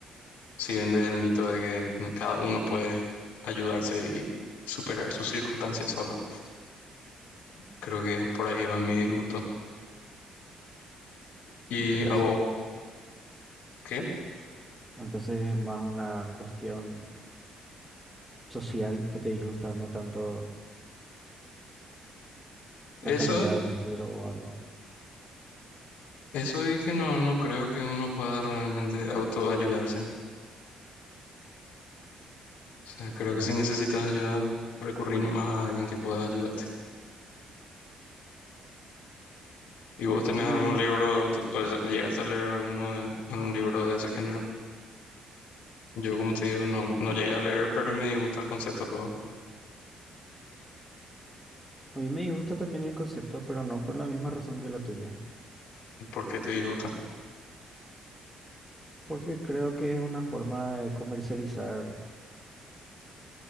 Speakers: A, on the left (about 70°); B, in the centre.
A: Si vendes el mito de que cada uno puede ayudarse y superar sus circunstancias solo. Creo que por ahí va mi disgusto. ¿Y
B: Entonces,
A: a vos? ¿Qué?
B: entonces es más una cuestión social que te disgusta, no tanto la
A: Eso,
B: calidad del libro o algo.
A: eso y que no, no creo que uno pueda realmente autoayudarse. O sea, creo
B: Mm.
A: que si necesitas ayuda, recurrir nomás a alguien que pueda ayudarte. ¿Y vos tenés
B: Mm,
A: algún libro de auto, o sea, llegaste a leer alguno de, algún libro de ese género? Yo, como te digo, no, no llegué a leer, pero me disgusta el concepto luego.
B: a mí me gusta también el concepto, pero no por la misma razón que la tuya,
A: ¿Y ¿Por qué te disgusta?
B: porque creo que es una forma de comercializar,